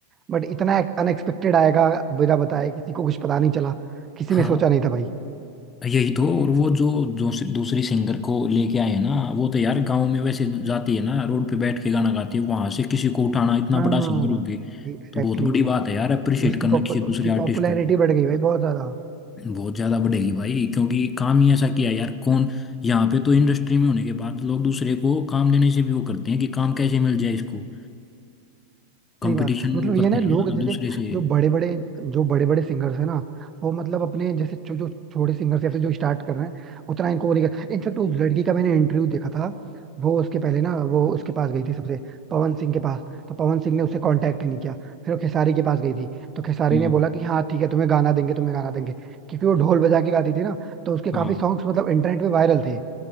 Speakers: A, on the right; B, on the left.
A: बट इतना अनएक्सपेक्टेड आएगा बिना बताए किसी को कुछ पता नहीं चला किसी
B: हाँ
A: ने सोचा नहीं था भाई
B: यही तो और वो जो जो दूसरी सिंगर को लेके आए हैं ना वो तो यार गांव में वैसे जाती है ना रोड पे बैठ के गाना गाती है वहां से किसी को उठाना इतना
A: हाँ
B: बड़ा सिंगर हो गए
A: एग्जैक्टली
B: तो बहुत
A: exactly.
B: बड़ी बात है यार अप्रिशिएट
A: उसकी
B: करना
A: पॉपु,
B: किसी
A: उसकी
B: दूसरे आर्टिस्ट
A: पॉपुलैरिटी
B: को
A: बढ़ गई भाई बहुत ज्यादा
B: बहुत ज्यादा बढ़ेगी भाई क्योंकि काम ही ऐसा किया है यार कौन यहाँ पे तो इंडस्ट्री में होने के बाद लोग दूसरे को काम देने से भी वो करते हैं कि काम कैसे मिल जाए इसको
A: सही
B: कंपटीशन
A: बात मतलब
B: वो
A: ये
B: करते
A: ना लोग
B: हैं ना
A: जैसे
B: दूसरे से
A: जो बड़े बड़े जो बड़े बड़े सिंगर्स हैं ना वो मतलब अपने जैसे जो जो छोटे सिंगर्स या फिर जो स्टार्ट कर रहे हैं उतना इनको वो नहीं कर इनफेक्ट उस लड़की का मैंने इंटरव्यू देखा था वो उसके पहले ना वो उसके पास गई थी सबसे पवन सिंह के पास तो पवन सिंह ने उससे कांटेक्ट ही नहीं किया फिर वो खेसारी के पास गई थी तो खेसारी
B: हम्म
A: ने बोला कि हाँ ठीक है तुम्हें गाना देंगे तुम्हें गाना देंगे क्योंकि वो ढोल बजा के गाती थी ना तो उसके
B: हाँ
A: काफी सॉन्ग्स मतलब इंटरनेट पे वायरल थे